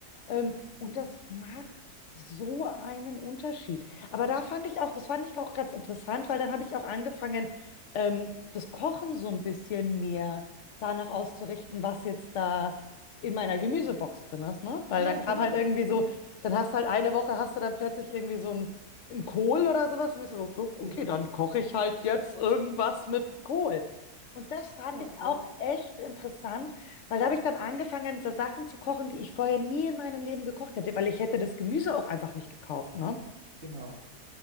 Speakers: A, on the left; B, on the right.
A: Ähm, und das macht so einen Unterschied. Aber da fand ich auch, das fand ich auch ganz interessant, weil dann habe ich auch angefangen, ähm, das Kochen so ein bisschen mehr danach auszurichten, was jetzt da in meiner Gemüsebox drin ist, ne? Weil
B: Ja,
A: dann kam
B: genau,
A: halt irgendwie
B: genau.
A: so, dann hast du halt eine Woche, hast du dann plötzlich irgendwie so ein einen Kohl oder sowas. Und ich so, "Gu-
B: <laughs>
A: okay,
B: Ja,
A: dann koche ich halt jetzt irgendwas mit Kohl. Und das fand
B: ja,
A: ich
B: ja.
A: auch echt interessant, weil da habe ich dann angefangen, so Sachen zu kochen, die ich vorher nie in meinem Leben gekocht hätte, weil ich hätte das Gemüse auch einfach nicht gekauft, ne?
B: Genau,